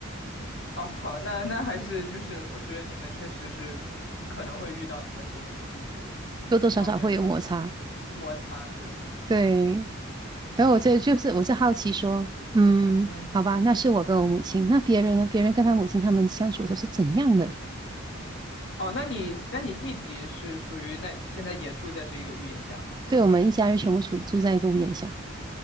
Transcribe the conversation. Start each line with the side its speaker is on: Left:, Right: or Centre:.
Left: 哦，<laughs> 好那那还是就是我觉得你们确实是可可能会遇到一些就是这方面的就
Right: 多多少少会有摩擦。
Left: 摩擦，对，
Right: 对，然后我就就是我就好奇说，嗯，
Left: 嗯，
Right: 好吧，那是我跟我母亲，那别人呢？别人跟他母亲他们相处的时候是怎样的？
Left: 哦，那你那你弟弟是属于那现在也住在这个屋檐下。
Right: 对，我们一家人全部住住在一个屋檐下。